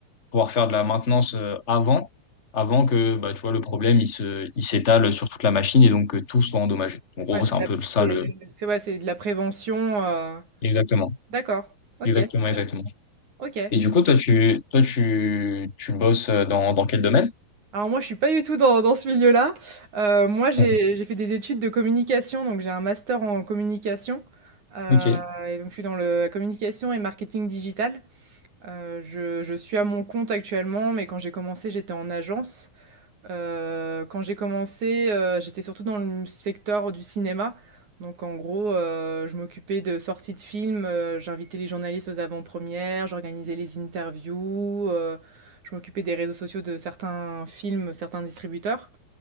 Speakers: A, on the left; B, on the right.
A: pouvoir faire de la maintenance euh, avant, avant que bah, tu vois, le problème il se, il s'étale sur toute la machine et donc que tout soit endommagé. En gros,
B: Ouais, c'est
A: c'est
B: de
A: un
B: la,
A: peu ça
B: c'est,
A: le.
B: c'est- ouais, c'est de la prévention. euh.
A: Exactement,
B: D'accord. Ok,
A: exactement,
B: c'est
A: exactement.
B: OK.
A: Et du coup, toi, tu, toi, tu, tu bosses euh, dans, dans quel domaine? <laughs>
B: Alors moi, je suis pas du tout dans dans ce milieu-là. Heu, moi, j'ai
A: Mhm.
B: j'ai fait des études de communication, donc j'ai un master en communication, heu
A: Ok,
B: et donc je suis dans le communication et marketing digital. Heu, je je suis à mon compte actuellement, mais quand j'ai commencé, j'étais en agence. Heu, quand j'ai commencé, heu, j'étais surtout dans le secteur du cinéma. Donc en gros, heu, je m'occupais de sorties de films, heu, j'invitais les journalistes aux avant-premières, j'organisais les interviews, heu, je m'occupais des réseaux sociaux de certains films, certains distributeurs.